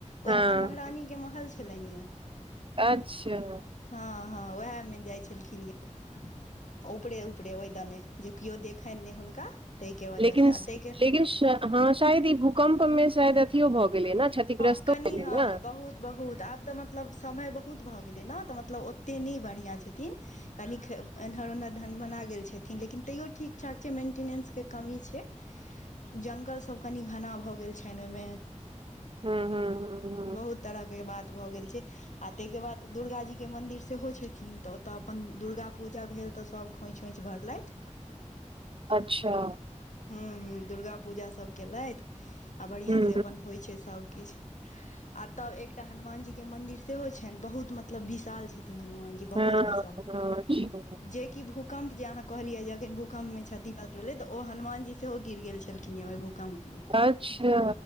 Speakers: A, on the left; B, on the right.
A: उएह
B: हँ
A: तऽ महारानी के महल छलैन या
B: अच्छा
A: हँ हँ उएह मे जाइ छलखिन य <inaudible> ऊपरे ऊपरे ओहिदने जे केओ देखनि नहि हुनका ताहिके वजह
B: लेकिन
A: से आ ताहिके
B: लेकिन हँ शायद ई भूकम्प मे शायद अथियो भऽ गेलै ने क्षतिग्रस्तो
A: हँ कनि
B: भेलै
A: हँ
B: ने
A: बहुत बहुत आब तऽ म मतलब समय बहुत भऽ गेलै ने तऽ मतलब ओतेक नहि बढ़िआँ छथिन कनि एन्हर ओन्हर ढन मना गेल छथिन लेकिन तैयो ठीक ठाक छै मेंटिनेंसके कमी छै जंगल सभ कनि घना भऽ गेल छनि ओहिमे
B: हूं हूं हूं
A: बहुत तरह के बात भऽ गेल छै आ ताहि के बाद दुर्गा जी के मंदिर सेहो छथिन तऽ तऽ अपन दुर्गा पूजा भेल तऽ सभ खोँछ ओइंछ भरलथि
B: अच्छा
A: ह ह दुर्गा पूजा सब केलैथ आ बढ़िया
B: हूँ
A: से अपन होइ सब किछु आ तब एकटा हनुमानजी के मंदिर सेहो छनि बहुत मतलब विशाल छथिन हनुमानजी बहुत
B: हँ
A: विशाल
B: अच्छा
A: जेक भ भूकंप जे अहाँ कहलियै जे एखन भूकंप मे क्षति बात भेलै तऽ ओ हनुमान जी सेहो गिर गेल छलखिन य ओ भूकंप
B: अच्छा